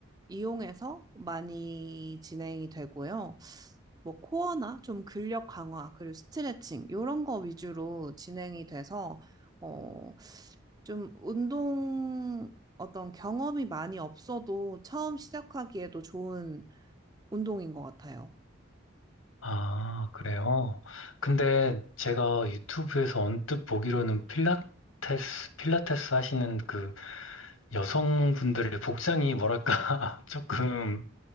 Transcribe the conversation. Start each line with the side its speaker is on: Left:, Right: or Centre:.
Right: 이용해서 많이 진행이 되고요. 뭐 코어나 좀 근력 강화, 그리고 스트레칭 이런 거 위주로 진행이 돼서 어, 좀 운동 어떤 경험이 많이 없어도 처음 시작하기에도 좋은 운동인 것 같아요.
Left: 아, 그래요. 근데 제가 유튜브에서 언뜻 보기로는 필라테스, 필라테스 하시는 그 여성분들의 복장이 뭐랄까, <laughs> 조금